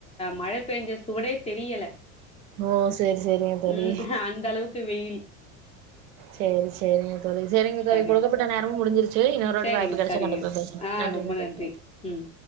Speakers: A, on the left (about 15°); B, on the right (about 80°).
A: மழ பெஞ்ச சுவடே தெரியல
B: ஓ சேரி சேரிங்க தோழி
A: ம் அந்த அளவுக்கு வெயில்
B: சேரி சேரிங்க தோழி சேரிங்க
A: சரிங்க
B: தோழி குடுக்கப்பட்ட நேரமு முடிஞ்சிருச்சு ச்சு இன்னொரு‌ வாட்டி
A: சரிங்க
B: வாய்ப்பு கிடச்சா
A: சரிங்க
B: கண்டிப்பா பேசலா
A: ஆ
B: நன்றிங்க
A: ரொம்ப நன்றி
B: தோழி
A: ம்